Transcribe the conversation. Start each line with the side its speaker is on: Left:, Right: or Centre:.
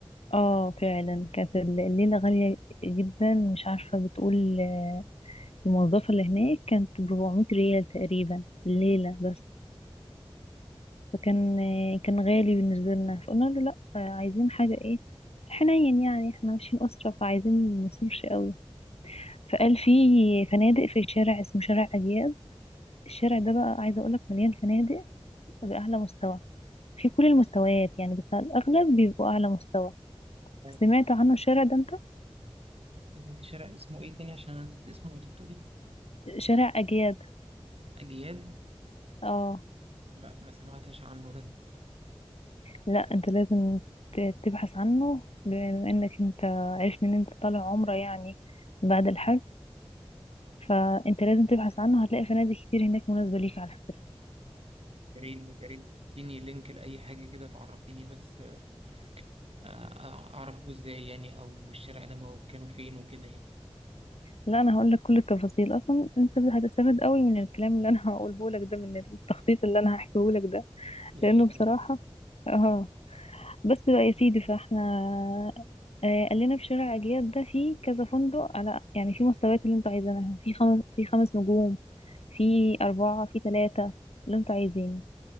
Left: اه فعلا كانت الليلة غالية جدا مش عارفة بتقول آه، الموظفة اللي هناك كانت بربعمية ريال تقريبا الليلة بس فكان آه، كان غالي بالنسبة لنا فقلنا له لا آه، عايزين حاجة ايه في الحنين يعني احنا ماشيين أسرة فعايزين منصرفش قوي فقال في فنادق في شارع اسمه شارع أجياد الشارع ده بقى عايزة أقولك مليان فنادق بأعلى مستوى في كل المستويات يعني بس على الأغلب بيبقوا أعلى مستوى
Right: آه.
Left: سمعت عنه الشارع ده أنت
Right: الشارع اسمه ايه تاني عشان انا نسيت اسمه انت بتقولي
Left: شارع أجياد
Right: اجياد
Left: اه
Right: لا ما سمعتش عنه ده
Left: لا أنت لازم ت- تبحث عنه بما إنك أنت عرفت إن أنت طالع عمرة يعني بعد الحج فأنت لازم تبحث عنه هتلاقي فنادق كتير هناك مناسبة ليك على فكرة
Right: يا ريت يا ريت اديني لينك لأي حاجة كده تعرفيني بس آه، أعرف جوز إزاي يعني أو الشارع ده مو- كانوا فين وكده يعني
Left: لا أنا هقول لك كل التفاصيل أصلا أنت هتستفاد قوي من الكلام اللي أنا <laughs> هقوله لك ده من التخطيط اللي أنا هحكيه لك ده
Right: يا
Left: لأنه
Right: ريت
Left: بصراحة
Right: والله
Left: اه بس بقى يا سيدي فاحنا آه، قال لنا في شارع أجياد ده في كذا فندق على يعني في مستويات اللي انتوا عايزينها في خمس في خمس نجوم في أربعة في ثلاثة اللي انتوا عايزينه